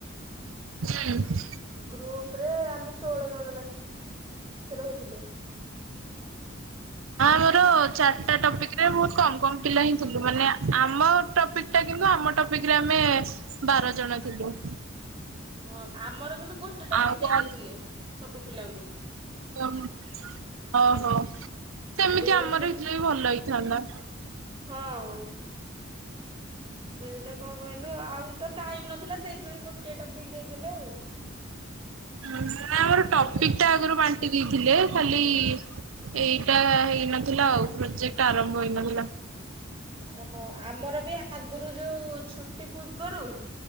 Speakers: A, on the right; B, on the right.
A: ହୁଁ।
B: ଗ୍ରୁପ ରେ ଆମେ ଷୋଳ ଜଣ ଲା ଖେ ରହୁଥିଲୁ। ହ <inaudible>
A: ମୋର ଚାରିଟା ଟପିକିରେ ବହୁତୁ କମ୍ କମ୍ ପିଲା ହିଁ ଥିଲୁ ମାନେ ଆମ <unintelligible> କିନ୍ତୁ ଆମ ଟପିକି ରେ ଆମେ ବାର ଜଣ ଥିଲୁ।
B: ହଁ ଆମର କିନ୍ତୁ ଗୋଟେ ଟପିକି
A: ଆଉ
B: ଦେଇ ଦେଇଥିଲେ ସବୁ ପିଲାଙ୍କୁ।
A: ଓହ ଅହ ସେମିତି
B: ଦେଇ
A: ଆମର
B: ଦେଇଥିଲେ
A: ହେଇଥିଲେ ବି ଭଲ ହେଇଥାନ୍ତା।
B: ହଁ। ସେଇଟା କଣ କହିଲୁ ଆଉ ତ ଟାଇମ୍ ନଥିଲା ସେଇଥିପାଇଁ ଗୋଟେ ଟପିକି ଦେଇଦେଲେ ଆଉ।
A: ନାଁ ଆମର ଟପିକି
B: ତମ
A: ଟା ଆଗରୁ ବାଣ୍ଟି ଦେଇଥିଲେ ଖାଲି ଏଇଟା ହେଇନଥିଲା ଆଉ ପ୍ରୋଜେକ୍ଟ ଆରମ୍ଭ ହେଇନଥିଲା।
B: ହଁ ଆମର ବି ଆଗରୁ ଯୋଉ ଛୁଟି ପୂର୍ବରୁ